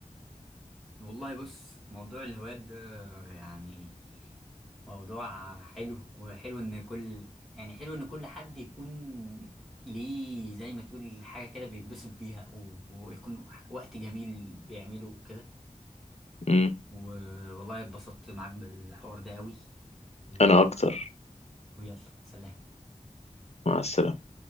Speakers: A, in the centre; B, on the left.
A: والله بص موضوع الهوايات ده يعني موضوع حلو وحلو ان كل يعني حلو ان كل حد يكون ليه زي ما تقول حاجة كده بيتبسط بيها و- ويكون وقت جميل بيعمله كده
B: امم
A: والله اتبسطت معاك بالحوار ده قوي و...
B: انا اكتر
A: ويلا سلام
B: مع السلامه